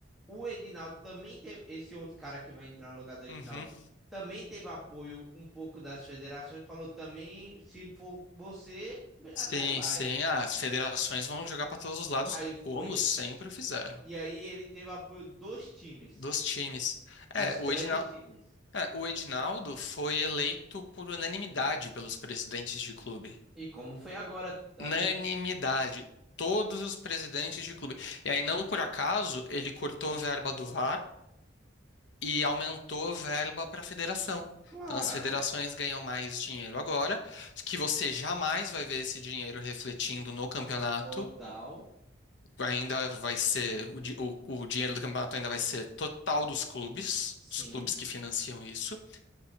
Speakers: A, in the centre; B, on the left.
A: O Edinaldo também teve, esse outro cara que vai entrar no lugar do Edinaldo,
B: Uhum.
A: também teve apoio um pouco das federações, falou também, se for você,
B: Sim,
A: até vai.
B: sim. Ah, as federações vão jogar para todos os lados,
A: Aí foi.
B: como sempre fizeram,
A: E aí ele teve apoio dos times.
B: dos times.
A: dos
B: É,
A: grandes
B: o Edinal,
A: times.
B: é, o Edinaldo foi eleito por unanimidade pelos presidentes de clube.
A: E como foi agora, tanto
B: Unanimidade.
A: que-
B: Todos os presidentes de clube. E aí, não por acaso, ele cortou a verba do VAR e aumentou a verba para a federação.
A: claro,
B: Então, as federações ganham mais dinheiro agora, que você jamais vai ver esse dinheiro refletindo no campeonato.
A: total,
B: Ainda vai ser, o, di- o o dinheiro do campeonato ainda vai ser total dos clubes,
A: sim.
B: os clubes que financiam isso.